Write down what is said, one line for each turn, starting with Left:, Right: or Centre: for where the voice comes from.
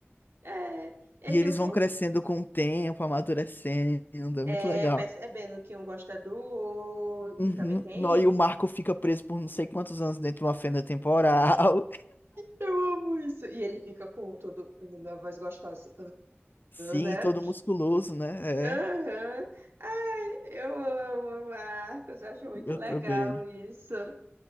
Right: É, é,
Left: E eles
Right: eu
Left: vão
Right: vou
Left: crescendo com o tempo, amadurecendo. É
Right: É,
Left: muito legal.
Right: percebendo que um gosta do outro,
Left: Uhum.
Right: que também tem.
Left: Nó, E o Marco fica preso por não sei quantos anos dentro de uma fenda temporal.
Right: Eu amo isso. E ele fica com todo na voz gostosa,
Left: <laughs> Sim,
Right: né?
Left: todo musculoso, né?
Right: Aham.
Left: É,
Right: Ai, eu amo, Marcos. Eu acho muito
Left: eu
Right: legal
Left: também.
Right: isso. Eu-